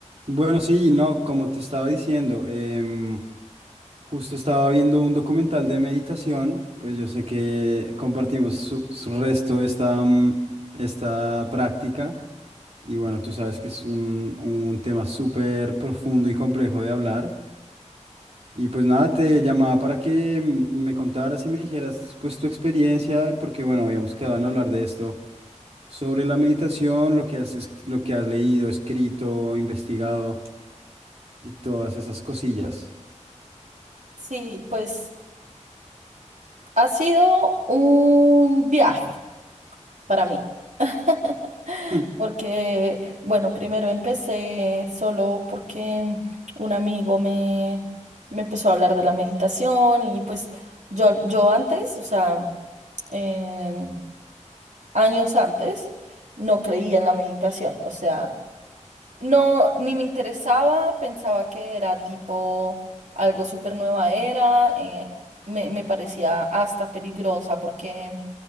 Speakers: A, on the right; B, on the right.
A: Bueno, sí, no, como te estaba diciendo, em, justo estaba viendo un documental de meditación, pues yo sé que compartimos su, su resto esta, mm, esta práctica y bueno, tú sabes que es un, un tema súper profundo y complejo de hablar y pues nada, te llamaba para que mm, me contaras y me dijeras pues tu experiencia, porque bueno, habíamos quedado en hablar de esto sobre la meditación, lo que has, es- lo que has leído, escrito, investigado y todas esas cosillas.
B: Sí, pues ha sido un viaje para mí. <laughs>
A: <laughs> Mm,
B: Porque, bueno, primero empecé solo porque un amigo me, me empezó a hablar de la meditación y pues yo, yo antes, o sea, en- años antes, no creía en la meditación. O sea, No, ni me interesaba, pensaba que era tipo algo súper nueva era, eh, me, me parecía hasta peligrosa porque